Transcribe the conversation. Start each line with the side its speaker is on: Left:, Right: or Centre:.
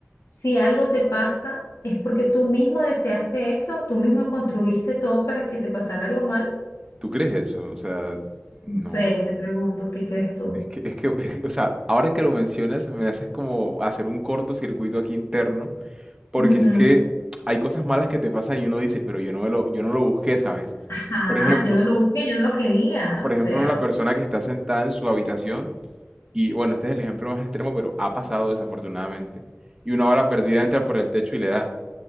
Left: si algo te pasa es porque tú mismo deseaste eso, tú mismo construiste todo para que te pasara algo mal.
Right: ¿Tú crees eso? O sea, no.
Left: No sé, te pregunto, ¿qué crees tú?
Right: Es que, es que, es que, o sea, ahora que lo mencionas, me haces como hacer un cortocircuito aquí interno, porque
Left: Ujú.
Right: es que hay cosas malas que te pasan y uno dice, pero yo no me lo, yo no lo busqué, ¿sabes?
Left: Ah,
Right: Por ejemplo,
Left: yo no lo busqué, yo no lo quería,
Right: por
Left: o
Right: ejemplo,
Left: sea,
Right: la persona que está sentada en su habitación, y bueno, este es el ejemplo más extremo, pero ha pasado desafortunadamente, y una bala perdida entra por el techo y le da,